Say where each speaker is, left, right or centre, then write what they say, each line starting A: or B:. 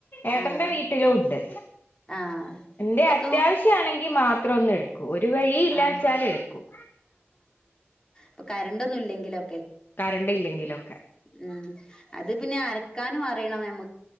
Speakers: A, on the left; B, on the left.
A: ഏട്ടന്റെ
B: ആഹ്
A: വീട്ടിലും ഉണ്ട്
B: ആഹ്
A: എന്തേ
B: ഇപ്പൊക്കെ
A: അത്യാവശ്യാണെ ങ്കി മാത്രം ഒന്നെടു ക്കും ഒരു വഴി ഇല്ലാച്ചാല്
B: ആഹ്
A: എടുക്കും
B: പ്പോ കരണ്ടൊന്നും ഇല്ലെങ്കിലോ
A: കറണ്ട് ഇല്ലെങ്കിലോ
B: ഉം അത് പിന്നെ അരക്കാനും അറിയണം ഞമ്മ